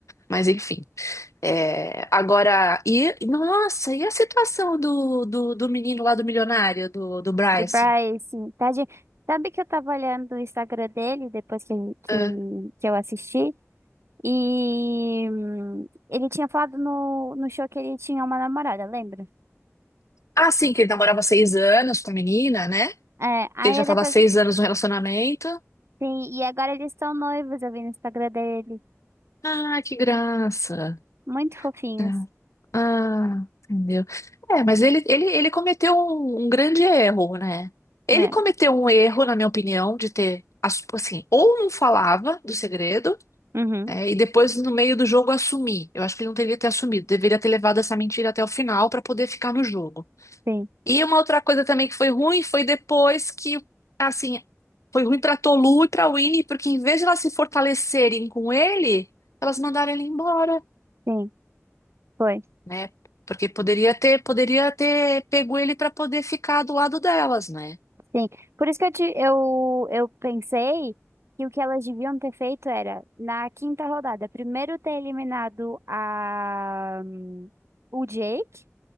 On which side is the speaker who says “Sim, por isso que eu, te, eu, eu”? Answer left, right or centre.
Right